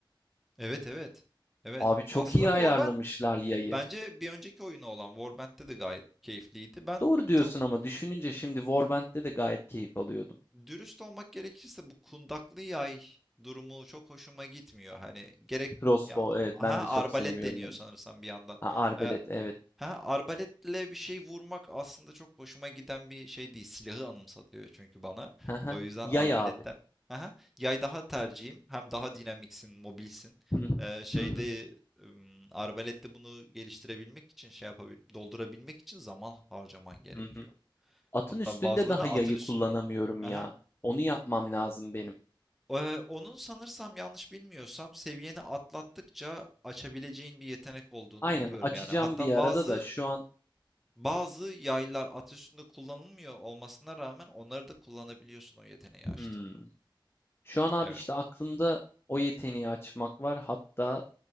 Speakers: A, in the centre; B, on the left.
A: Evet evet. Evet.
B: Abi çok
A: Aslında
B: iyi
A: Warband
B: ayarlamışlar yayı.
A: bu- bence bir önceki oyunu olan Warband'de de gayet keyifliydi. Ben
B: Doğru diyorsun
A: çok
B: ama düşününce şimdi Warband'de de gayet keyif alıyordum.
A: dürüst olmak gerekirse bu kundaklı yay durumu çok hoşuma gitmiyor. Hani gerek
B: Crossbow
A: ya
B: evet
A: ha
B: ben de çok
A: arbalet
B: sevmiyorum
A: deniyor
B: onu.
A: sanırsam bir yandan.
B: Ha arbalet
A: Ee,
B: evet.
A: Ha, arbaletle bir şey vurmak aslında çok hoşuma giden bir şey değil. Silahı anımsatıyor çünkü bana.
B: Haha.
A: O yüzden
B: Yay
A: arbaletten.
B: abi.
A: Aha, yay daha tercihim. Hem daha dinamiksin, mobilsin.
B: Hı hı,
A: Ee, şeyde
B: hı hı,
A: ım, arbalette bunu geliştirebilmek için şey yapabil doldurabilmek için zaman harcaman gerekiyor.
B: hı hı. Atın
A: Hatta
B: üstünde
A: bazılarını
B: daha
A: atın
B: yayı
A: üstün.
B: kullanamıyorum
A: Aha.
B: ya. Onu yapmam lazım benim.
A: Ee, onun sanırsam yanlış bilmiyorsam seviyeni atlattıkça açabileceğin bir yetenek olduğunu
B: Aynen
A: biliyorum
B: açacağım
A: yani. Hatta
B: bir arada
A: bazı
B: da şu an
A: Bazı yaylar at kullanılmıyor olmasına rağmen onları da kullanabiliyorsun o yeteneği
B: hmm.
A: açtığında.
B: Şu an abi
A: Evet.
B: işte aklımda o yeteneği açmak var. Hatta